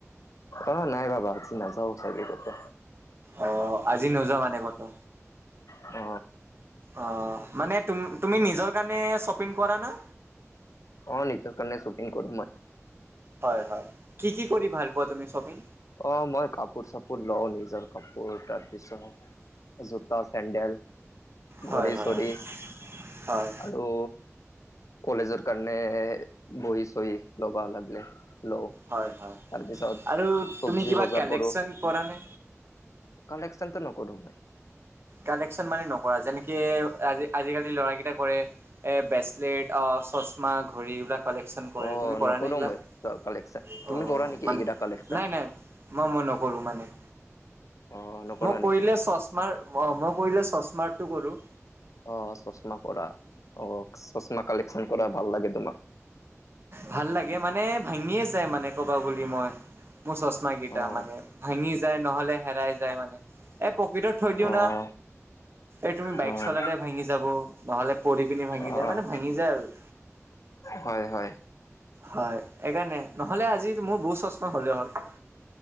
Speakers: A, on the left; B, on the right.
A: অ, নাই ভাবা আজি নাযাও চাগেই কতে
B: অ, আজি নোযোৱা মানে কতো?
A: অ,
B: অ', মানে তুমি নিজৰ কাৰণে শ্বপিং কৰা না?
A: অ', নিজৰ কাৰণে শ্বপিং কৰো মই।
B: হয়, হয়, কি কি কৰি ভাল পোৱা তুমি শ্বপিং?
A: অ', মই কাপোৰ চাপোৰ লওঁ নিজৰ কাপোৰ। তাৰপিছত জোতা-চেণ্ডেল,
B: হয়,
A: ঘড়ী-চৰি
B: হয়, হয়, হয়,
A: আৰু কলেজৰ কাৰণে বহি চহী লব লাগিলে লওঁ।
B: হয়, হয়,
A: তাৰপিছত
B: আৰু তুমি
A: চব্জি
B: কিবা
A: বজাৰ
B: কালেকচন
A: কৰো,
B: কৰা নে?
A: কালেকশ্যনতো নকৰো মই।
B: কালেকশ্যন মানে নকৰা? যেনেকে আজিকালি ল'ৰাকেইটাই কৰে এ ব্ৰেচলেট অ, চচমা ঘড়ী এইবিলাক। কালেকশ্যন কৰে,
A: অ'
B: তুমি কৰা
A: নকৰো
B: নে এইবিলাক?
A: মই কালেকচন। তুমি
B: অ,
A: কৰা নেকি
B: মানে
A: এইকেইটা কালেকচন?
B: নাই নাই মই মই নকৰোঁ মানে
A: অ' নকৰা
B: মই কৰিলে
A: নেকি?
B: চচমাৰ অ' মই কৰিলে চচমাৰটো কৰো।
A: অ' চচমা কৰা, অ', চচমা কালেকশ্যন কৰা ভাল লাগে তোমাক।
B: ভাল লাগে মানে ভাঙিয়ে যায় মানে ক'বা গলি মই। মোৰ চচমা কেইটা
A: অ'
B: মানে ভাঙি যায় নহ'লে হেৰাই যায়। মানে এ পকেটত থৈ দিও
A: অ'
B: না, এই তুমি বাইক
A: অ'
B: চলালে ভাঙি যাব নহ'লে পৰি পিনে ভাঙি
A: অ'
B: যায় মানে ভাঙি যায় আৰু।
A: হয়, হয়।
B: হয়, এইকাৰণে নহ'লে আজি মোৰ বহুত চচমা হ'লে হয়।